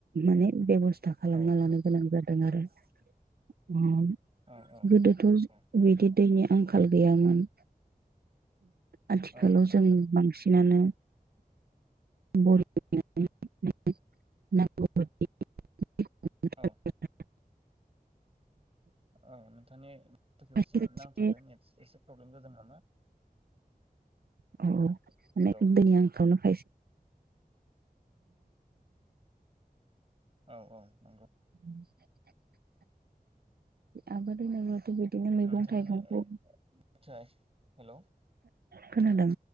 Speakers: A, on the right (about 75°); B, on the right (about 35°).
A: माने बेब'स <unintelligible> खालामना
B: औ
A: लानो गोनां जादों <unintelligible>
B: औ औ
A: गोदोथ'
B: औ
A: बिदि दैनि आंखाल गैयामोन आथिखालाव
B: औ नंगौ
A: जों बांसिन बिनानो <unintelligible> <unintelligible> <unintelligible>
B: औ औ नोंथांनि <unintelligible>
A: खायसे
B: एसे
A: खायसे
B: नांथादो एसे प्रब्लेम जादों नामा?
A: औ औ।
B: हेलौ
A: माने दैनि आंखाल न <unintelligible>
B: औ औ नंगौ।
A: <inaudible> आबाद <unintelligible> बे बादिनो मैगं-थाइगंखौ
B: नोंथांनि माथोआ हेलौ
A: खोनादों?